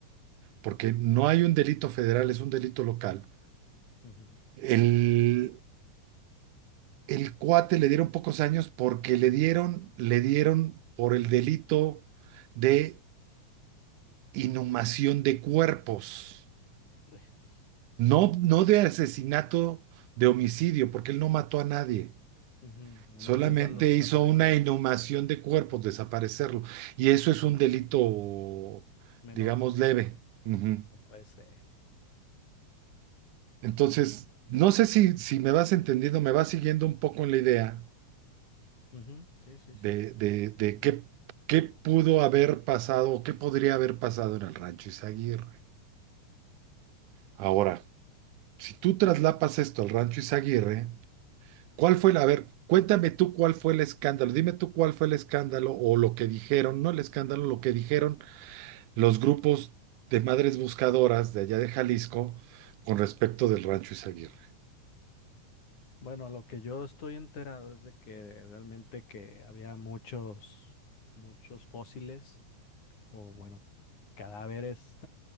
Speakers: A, on the right; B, on the left.
A: porque no hay un delito federal, es un delito local,
B: ujú.
A: el, el cuate le dieron pocos años porque le dieron, le dieron por el delito de inhumación de cuerpos,
B: <laughs>
A: no, no de asesinato, de homicidio, porque él no mató a nadie.
B: Ujú, Nomás
A: Solamente
B: de esas los desaparecía.
A: hizo una inhumación de cuerpos, desaparecerlo. Y eso es un delito,
B: Menor.
A: digamos, leve. Ujú.
B: No puede ser.
A: Entonces, no sé si, si me vas entendiendo, me vas siguiendo un poco en la idea.
B: Ujú, Sí, sí,
A: de,
B: sí.
A: de, de qué, qué pudo haber pasado o qué podría haber pasado en el rancho Izaguirre. Ahora, si tú traslapas esto al rancho Izaguirre, ¿cuál fue la, a ver, cuéntame tú cuál fue el escándalo, dime tú cuál fue el escándalo o lo que dijeron, no el escándalo, lo que dijeron los grupos de madres buscadoras de allá de Jalisco con respecto del rancho Izaguirre.
B: Bueno, lo que yo estoy enterado es de que realmente que había muchos, muchos fósiles o bueno, cadáveres